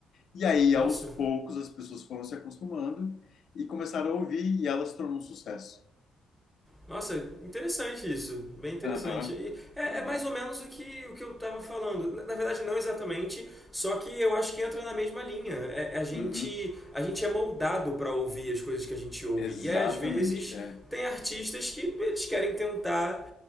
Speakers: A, on the left; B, in the centre.
A: E aí,
B: Nossa,
A: aos poucos, as pessoas foram se acostumando e começaram a ouvir e ela se tornou um sucesso.
B: Nossa, interessante isso. Bem interessante.
A: Aham,
B: E é,
A: aham,
B: é mais ou menos o que, o que eu estava falando. Na, na verdade, não exatamente, só que eu acho que entra na mesma linha. É, é a, gente,
A: uhum,
B: a gente é moldado para ouvir as coisas que a gente ouve.
A: exatamente,
B: E aí, às vezes,
A: é.
B: tem artistas que eles querem tentar